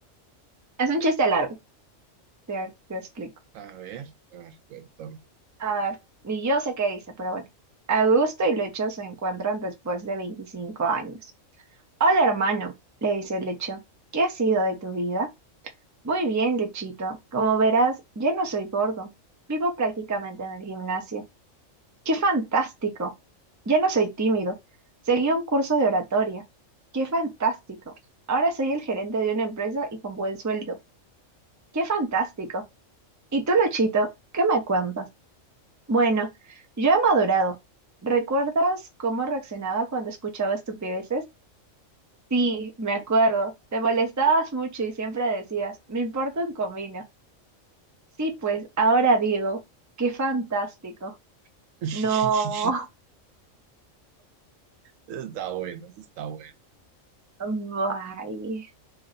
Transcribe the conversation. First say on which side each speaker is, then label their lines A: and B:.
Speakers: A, on the right; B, on the right.
A: Es un chiste largo, te, te explico.
B: A ver, a ver, cuéntame.
A: A ver, ni yo sé qué dice, pero bueno. Augusto y Lecho se encuentran después de 25 años. Hola, hermano, le dice Lecho. ¿Qué ha sido de tu vida? Muy bien, Lechito. Como verás, ya no soy gordo. Vivo prácticamente en el gimnasio. ¡Qué fantástico! Ya no soy tímido. Seguí un curso de oratoria. ¡Qué fantástico! Ahora soy el gerente de una empresa y con buen sueldo. ¡Qué fantástico! ¿Y tú, Luchito, qué me cuentas? Bueno, yo he madurado. ¿Recuerdas cómo reaccionaba cuando escuchaba estupideces? Sí, me acuerdo. Te molestabas mucho y siempre decías, me importa un comino. Sí, pues ahora digo, qué fantástico.
B: <laughs>
A: No,
B: Está bueno, eso está bueno.
A: <laughs> bye.